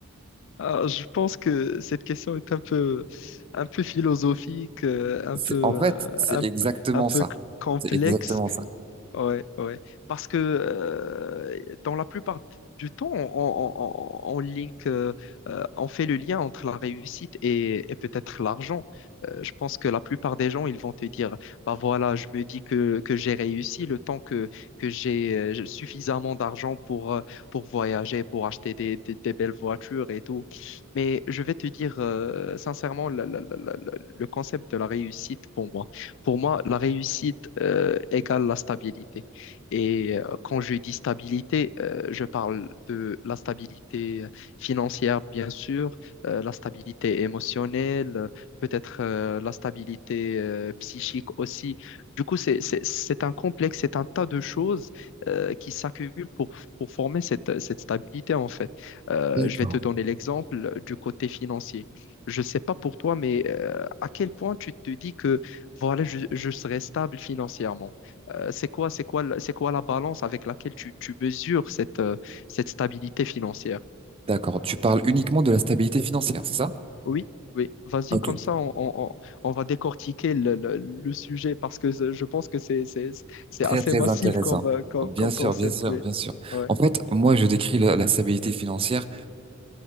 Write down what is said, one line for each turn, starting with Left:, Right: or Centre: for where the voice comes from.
Left: Alors, je pense que cette question est un peu, un peu philosophique, euh, un
Right: C'est-
Left: peu, euh,
Right: En fait, c'est
Left: un,
Right: exactement
Left: peu- un peu
Right: ça.
Left: complexe.
Right: C'est exactement ça.
Left: Ouais, ouais. Parce que euh, dans la plupart du temps, on, on, on, on link, euh, euh, on fait le lien entre la réussite et, et peut-être l'argent. Euh, je pense que la plupart des gens, ils vont te dire, bah voilà, je me dis que, que j'ai réussi le temps que, que j'ai euh, j'ai suffisamment d'argent pour, euh, pour voyager, pour acheter des, des, des belles voitures et tout. Mais je vais te dire euh, sincèrement, la- la- la- la- la- le concept de la réussite pour moi. Pour moi, la réussite euh, égale la stabilité. Et euh, quand je dis stabilité, euh, je parle de la stabilité financière, bien sûr, euh, la stabilité émotionnelle, peut-être euh, la stabilité euh, psychique aussi. Du coup, c'est, c'est, c'est un complexe, c'est un tas de choses euh, qui s'accumulent pour, pour former cette, cette stabilité, en fait. Euh,
Right: D'accord.
Left: je vais te donner l'exemple du côté financier. Je ne sais pas pour toi, mais euh, à quel point tu te dis que voilà, je, je serai stable financièrement. Euh, c'est quoi, c'est quoi, la- c'est quoi la balance avec laquelle tu, tu mesures cette, euh, cette stabilité financière?
Right: D'accord. Tu parles uniquement de la stabilité financière, c'est ça?
Left: Oui, oui. Vas-y,
Right: Ok.
Left: comme ça, on, on- on- on va décortiquer le, le- le sujet parce que je je pense que c'est, c'est, c'est
Right: Très,
Left: assez
Right: très
Left: massif
Right: intéressant.
Left: comme, euh, comme,
Right: Bien
Left: comme
Right: sûr,
Left: concept.
Right: bien sûr,
Left: Oui.
Right: bien sûr.
Left: Ouais,
Right: En fait, moi, je décris la, la stabilité financière